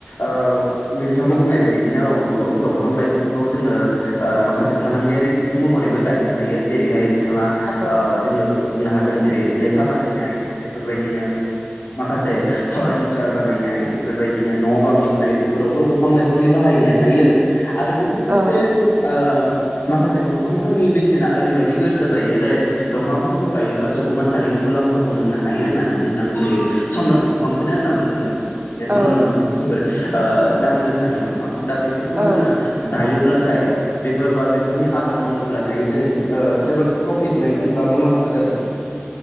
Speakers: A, on the left (about 70°); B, on the right (about 40°).
A: ओ नोंथाङा बुंनाय बायदिनो औ नंगौ दंफां लाइफांखौ जोङो ओ माखासे फालांगियारि बिथिं महरैबो गायनो हायो जेरैहाय नोंथाङा
B: औ
A: ओ जोङो बुंनो हागोन जेरै लेखा बानायनाय बे बेफोरबायदिनो माखासे फारनिचार बानायनाय बेफोरबायदिनो न' बां लुनाय बेफोरावबो दंफां लाइफांनि बाहायनाया थायो। आरो बेजों लोगोसे
B: औ
A: जों ओ माखासे दंफांफोरनि बेसेना ओरैबायदि गोरसा जायो दायो दंफांफोरखौ गायोब्ला सुबुङा थारैनो मुलाम्फाखौ मोननो हायो होननानै बुंगोन आं जेरै चन्दन दंफांखौनो होनना बुंनांगोन। बे
B: औ
A: चन्दन दंफांआ जोबोरै ओ दाम गोसानि दंफां दा बेफोरखौ
B: औ
A: जोङो गायोब्ला थाय बेफोर बा बेफोरनि आबाद मावोब्लाथाय जों ओ जोबोर प्रफिट मोनगोन बा मुलाम्फा जागोन।